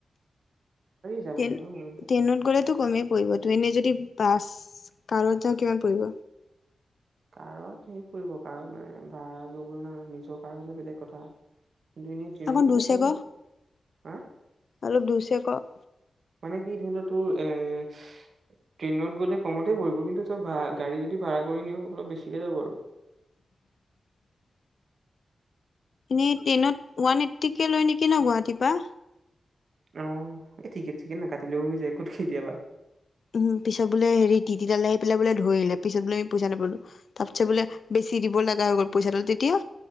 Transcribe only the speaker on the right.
যাব।
ন
কাৰত সে ফুৰিব কাৰণ মানে ভাড়া ল গল না নিজৰ কাৰ হলে বেলেগ কথা- কিন্তু এনেই ট্ৰেইনত
গ'লে
কম
হা
মানে কি ধৰি লও তোৰ এ ট্ৰেইনত গ'লে কমতে পৰিব কিন্তু ত ভ গাড়ী যদি ভাড়া কৰি নিও অলপ বেছিকে যাব। আৰু
অ এই ঠিকে ঠিকেন নাকাটিলেও হৈ যায় ক'ত কেতিয়াবা।